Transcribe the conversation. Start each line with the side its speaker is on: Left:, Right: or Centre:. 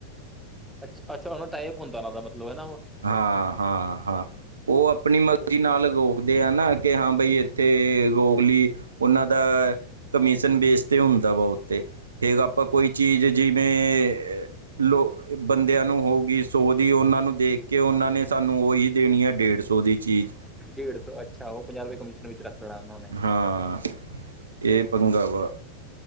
Centre: ਅੱਛਾ ਉਹਨਾ, ਦਾ ਟਾਈਪ ਹੁੰਦਾ ਉਹਨਾਂ ਦਾ ਮਤਲਬ, ਹਨਾ।
Right: ਹਾਂ-ਹਾਂ-ਹਾਂ ਉਹ ਆਪਣੀ ਮਰਜ਼ੀ
Centre: ਓਕੇ ਓਕੇ
Right: ਨਾਲ ਲਓ ਦੇ ਆ ਨਾ ਕਿ ਹਾਂ, ਬਈ ਇੱਥੇ ਰੋਗਲੀ ਉਹਨਾਂ ਦਾ। ਕਮਿਸਨ ਬੇਸ ਤੇ, ਹੁੰਦਾ ਵਾ ਉੱਤੇ, ਫੇਰ ਆਪਾ ਕੋਈ ਚੀਜ ਜਿਵੇਂ ਲੋ, ਬੰਦੇਆਂ ਨੂੰ ਹੋਊਗੀ ਸੋ ਦੀ, ਓਨਾਂ ਨੂੰ ਦੇਖ ਕੇ ਓਨਾਂ ਨੇ ਸਾਨੂੰ, ਓਹੀ ਦੇਣੀ ਆ, ਡੇੜ ਸੌ ਦੀ ਚੀਜ।
Centre: ਡੇੜ ਸੌ ਅੱਛਾ, ਔਓ ਪੰਜਾ ਰਪੇ, ਕਮਿਸ਼ਨ ਵਿੱਚ ਰੱਖ ਲੈਣਾ ਓਨਾਂ ਨੇ।
Right: ਹਾਂ, ਏ ਪੰੰਗਾ ਵਾ,